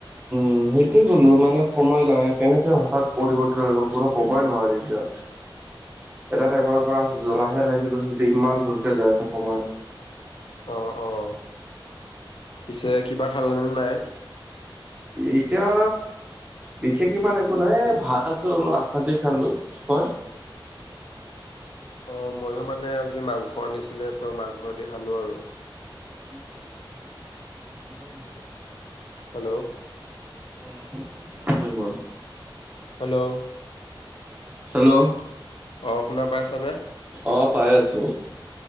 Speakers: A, on the right; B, on the left.
A: উম সেইটোে ক'লো মানে সময় লাগে কেনেকে হঠাৎ পৰিৱৰ্তন হৈ গ'ল কোনো ক'বই নোৱাৰে এতিয়া।
B: অ সটো <unintelligible> <inaudible>
A: এটা টাইমৰ পৰা লাহে লাহেকে গৈছে যেতিয়া ইমান জোৰকে যাই আছে সময়।
B: অঁ অঁ, পিছে কিবা খাল নাই?
A: এতিয়া বিশেষ ইমান একো নহয় ভাত আছিলো আচাৰ দি খালো। তই?
B: অঁ, ময়ো মানে আজি মাংস আনিছিলে তো মাংসদি খালোঁ আৰু।
A: কি কোৱা ভালে ন মোৰ <inaudible> আবানল <inaudible>
B: হেল্ল'
A: অ ভাল <unintelligible> পাইছে ন প ন মই
B: হেল্ল'
A: হেল্ল'
B: অঁ, শুনা পাইছানে?
A: অ', পাই আছো।